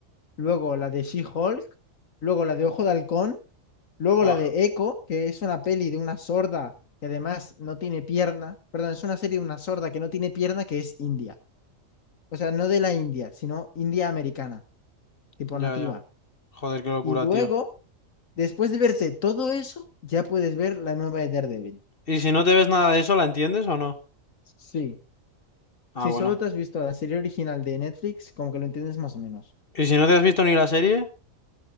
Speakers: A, on the left (about 75°); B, on the left (about 45°).
A: luego la de She-Hulk, luego la de Ojo de Halcón, luego
B: Buah,
A: la de Echo, que es una peli de una sorda que además no tiene pierna, perdón, es una serie de una sorda que no tiene pierna que es india o sea, no de la India, sino India americana, tipo
B: ya,
A: nativa.
B: ya. Joder, qué locura,
A: Y luego,
B: tío.
A: después de verte todo eso, ya puedes ver la nueva de Daredevil.
B: ¿Y si no te ves nada de eso, la entiendes o no?
A: Sí,
B: Ah,
A: si
B: bueno.
A: solo te has visto la serie original de Netflix, como que lo entiendes más o menos.
B: Y si no te has visto ni la serie,